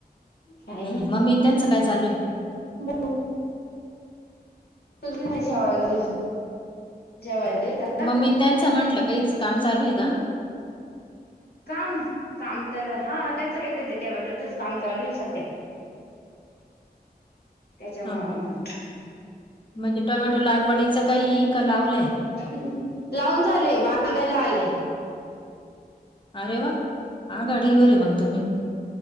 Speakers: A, on the left (about 75°); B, on the left (about 30°).
A: काही
B: हम्म
A: नाही
B: मम्मी आणि त्यांचं काय चालू आहे?
A: <unintelligible> तु दे जेवायला, जेवायला दे <unintelligible>
B: मग मी त्यांच म्हटलं काहीच काम चालू आहे का?
A: काम काम तर हा त्यांचं काहीतर ते टोमॅटोच काम चालू आहे सध्या.
B: <inaudible>
A: त्याच्यामुळे
B: हा हा.
A: मग
B: म्हणजे टोमॅटो लागवडीच काही का लावलंय?
A: हम्म. लावून झाले, बांधायला आले.
B: अरे वा, आघाडीवर आहे मग तुम्ही.